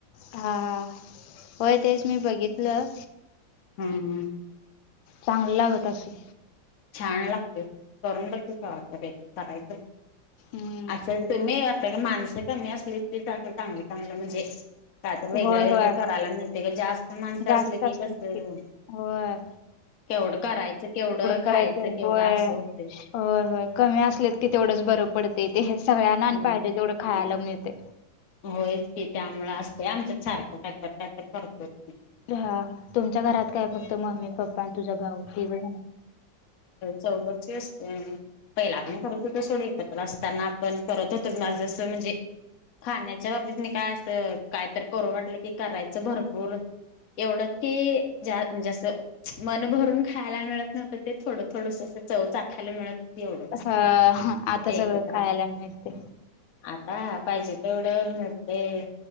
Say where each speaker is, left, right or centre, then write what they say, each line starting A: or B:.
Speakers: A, on the left (about 85°); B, on the left (about 55°).
A: हा हा होय तेच मी बघितलं
B: हम्म हम्म
A: चांगलं लागत असल
B: छान लागतय करून बघ की कवातर करायचं
A: हम्म
B: असं तर मी त्यात माणसं कमी असलीकीच असं चांगलं चांगलं म्हणजे काय तर वेगळ
A: होय
B: वेगळं
A: होय
B: करायला मिळते ग जास्त माणसं
A: जास्त
B: असल की
A: असले
B: कसं
A: होय
B: केवढं करायचं केवढं? खायचं
A: करायचं
B: केवढं
A: होय.
B: असं होतंय.
A: हो होय कमी असलीत की तेवढंच बरं पडतय ते सगळ्यांना आणि
B: हम्म.
A: पाहिजे खायाला मिळतय
B: होयच की त्यामुळ असतय आमच्यात सारखं कायतर कायतर करतोच मी
A: हा तुमच्या घरात काय फक्त मम्मी, पप्पा आणि तुझा भाऊ तिघजणं
B: चौघचं असतोय आम्ही पहिला पण करत होतो सोड एकत्र असताना आपण करत होतो माझं म्हणजे खाण्याच्या बाबतीत मी काय असं काय तर करू वाटलं की करायचं भरपूर एवढंच की ज्या म्हणजे असं मन भरून खायाला मिळत नव्हतं ते थोडं थोडस चव चाखायला मिळत एवढच
A: ह आता सगळं
B: एकत्र
A: खायला
B: असत
A: मिळते
B: ना आता पाहिजे तेवढं मिळतय.